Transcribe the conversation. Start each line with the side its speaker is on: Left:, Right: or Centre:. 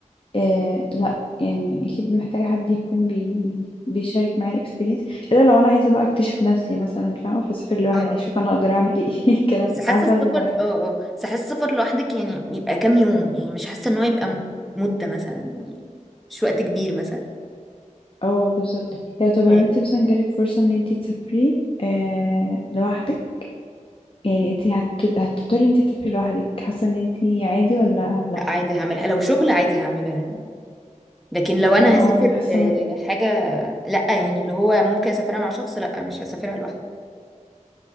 Left: إيه لا يعني اكيد محتاجة حد يكون بي... بيشارك معايا الاكسبيرينس الا لو انا عايزة بقى اكتشف نفسي مثلا فاهمة فاسافر لوحدي
Centre: اه
Left: اشوف انا اقدر اعمل ايه <laughs> الكلام
Centre: بس حاسه
Left: عارفة
Centre: السفر
Left: الحاجات
Centre: اه اه بس حاسه السفر لوحدك يعني يبقى كام يوم يعني مش حاسه ان هو يبقى م- مده مثلا يعني مش وقت كبير مثلا
Left: اه بالظبط يعني طب لو
Centre: أو يعني
Left: انت مثلا جالك فرصة ان انت تسافري آه لوحدك يعني انت هت... هتختاري انت تسافري لوحدك حاسة ان انت عادي ولا لا
Centre: لا عادي هعملها لو شغل عادي هعملها لكن لو انا
Left: ما
Centre: هسافر
Left: اه حاسة
Centre: آه،
Left: برضه كده
Centre: حاجه لا يعني اللي هو ممكن اسافرها مع شخص لا مش هسافرها لوحدي